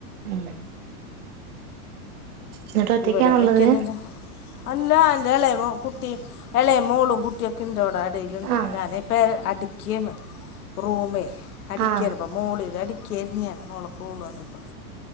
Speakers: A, on the right (about 75°); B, on the left (about 75°).
A: ഉം. എന്നിട്ട് ഒറ്റക്കാണുള്ളത്
B: ഇവടെ മിക്ക്യതും ജൊ അല്ല ഇന്റെ എളേമ കുട്ടിം. എളേ മോളും കുട്ട്യാെക്കെണ്ട് ഇവടെ അടീല്ണ്ട്.
A: ആ
B: ഞാൻ പ്പെ അടിക്ക്യേണ്. റൂമെ അടിക്ക്യാണ്
A: ആഹ്
B: ഇപ്പം. മോളില് അടിക്ക്യാരുന്നു ഞാൻ. മോൾക്ക് ഓള് വന്നപ്പം